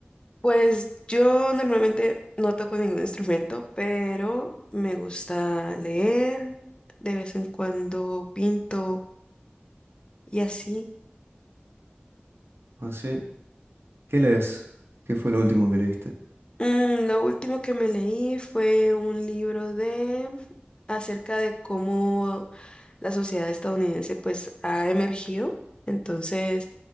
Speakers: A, on the left; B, on the right.
A: Pues yo normalmente no toco ningún instrumento, pero me gusta leer, de vez en cuando pinto y así.
B: Así. ¿Qué lees? ¿Qué fue lo último que leíste?
A: Mm, lo último que me leí fue un libro de acerca de cómo la sociedad estadounidense pues ha emergido. Entonces,